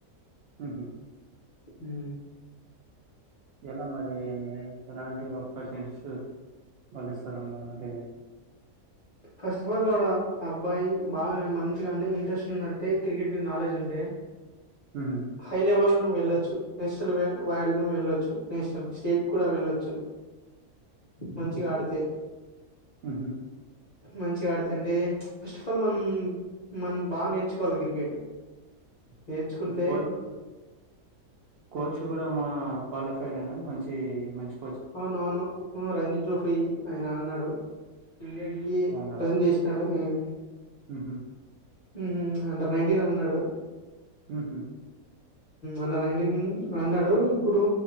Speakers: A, on the right; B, on the left.
A: ఉహు
B: మ్
A: ఎలా మరి ఏ ఎలాంటి ఆఫర్స్ చిట్స్ వాళ్ళు ఇస్తారా మనకే
B: ఫస్ట్ ఫర్ల్ గోడ అబ్బాయి బాగానే మంచిగా అండి ఇంట్రెస్ట్ ఉంద అంటే క్రికెట్ మీద నాలెడ్జ్ ఉంటే
A: ఉహు
B: హైలే వల్ వెళ్ళొచ్చు నేషనల్ వైడ్ గు వెళ్ళొ వోచ్చు నేషనల్ స్టేట్ కూడ వెళ్ళొ వొచ్చు మంచిగ ఆడితే
A: మ్ హు
B: మంచిగా ఆడితే అంటే ఫస్ట్ ఆఫ్ ల్ మనం మనం బాగా నేర్చుకోవాలి క్రికెట్ నేర్చుకుంటే
A: కోల్ కోచ్ గూడా మనా క్వాలిఫై డేనా అయినా మంచి మంచ్
B: ఆ నాను రంజి ట్రోఫీ ఆయన అన్నా ఆడు లే ఈ
A: అన్నాడా
B: ప్రెజెంట్ చేసినాడ మ్
A: ఉహు
B: ఉహు అండర్ నైన్టీన్ అని అన్నాడు
A: ఉహు
B: అన్నా నైన్టీన్ అన్నడు ఇప్పుడు